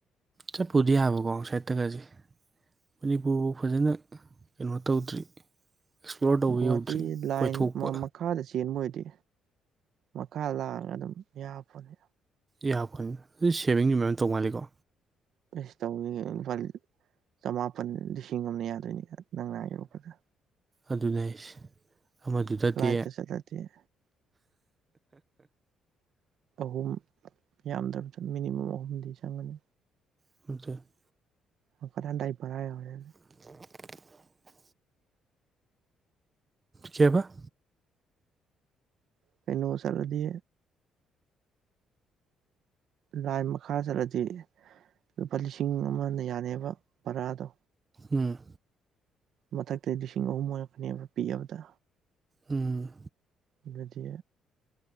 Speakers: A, on the right; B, on the right.
A: ꯆꯠꯄꯨꯗꯤ ꯌꯥꯕꯀꯣ ꯑꯥꯎ ꯁꯥꯏꯠꯇꯒꯁꯦ ꯃꯅꯤꯄꯨꯔꯕꯨꯛ ꯐꯖꯅ ꯀꯩꯅꯣ ꯇꯧꯗ꯭ꯔꯤ ꯑꯦꯛꯁꯄ꯭ꯂꯣꯔ ꯇꯧꯕ
B: ꯒꯨꯍꯥꯇꯤ
A: ꯌꯧꯗ꯭ꯔꯤ
B: ꯂꯥꯏꯟ
A: ꯀꯣꯏꯊꯣꯛꯄ
B: ꯃ ꯃꯈꯥꯗ ꯆꯦꯟꯕꯣꯏꯗꯤ ꯃꯈꯥ ꯂꯥꯡꯉ ꯑꯗꯨꯝ ꯌꯥ ꯐꯣꯅꯤ
A: ꯌꯥꯈꯨꯟ ꯑꯗꯨ ꯁꯦꯚꯤꯡꯖꯨ ꯃꯌꯥꯝ ꯇꯧꯃꯜꯂꯤꯀꯣ
B: ꯁ ꯇꯧ ꯂꯨꯄꯥ ꯆꯃꯥꯄꯜ ꯂꯤꯁꯤꯡ ꯑꯃ ꯌꯥꯗꯣꯏꯅꯤ ꯅꯪ ꯉꯥꯏꯕ ꯐꯖ
A: ꯑꯗꯨꯅꯦ ꯍꯥꯏꯁꯦ ꯑꯃꯗꯨꯗꯗꯤ
B: ꯐ꯭ꯂꯥꯏꯠꯇ ꯆꯠꯂꯗꯤ ꯑꯍꯨꯝ ꯌꯥꯝꯗ꯭ꯔꯕꯗ ꯃꯤꯅꯤꯃꯝ ꯑꯍꯨꯝꯗꯤ ꯆꯪꯒꯅꯤ
A: <inaudible>
B: ꯍꯪꯀꯠ ꯈꯟꯗꯥꯏꯒꯤ ꯕꯔꯥ ꯌꯥꯎꯔꯦ
A: ꯑ <unintelligible> ꯀꯩꯕ
B: ꯀꯩꯅꫭ ꯆꯠꯂꯗꯤ ꯂꯥꯏꯟ ꯃꯈꯥ ꯆꯠꯂꯗꯤ ꯂꯨꯄꯥ ꯂꯤꯁꯤꯡ ꯑꯃꯅ ꯌꯥꯅꯦꯕ ꯕꯔꯥꯗꯣ
A: ꯎꯝ
B: ꯃꯊꯛꯇ ꯂꯤꯁꯤꯡ ꯑꯍꯨꯝ ꯑꯣꯏꯔꯛꯀꯅꯦꯕ ꯄꯤꯛꯑꯕꯗ
A: ꯎꯝ
B: ꯑꯗꯨꯗꯤ